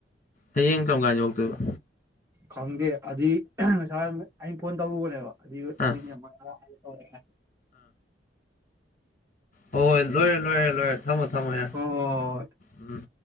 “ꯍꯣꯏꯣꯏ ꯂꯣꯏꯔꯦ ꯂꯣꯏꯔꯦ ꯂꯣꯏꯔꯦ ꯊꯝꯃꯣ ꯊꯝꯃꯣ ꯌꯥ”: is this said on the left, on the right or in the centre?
Left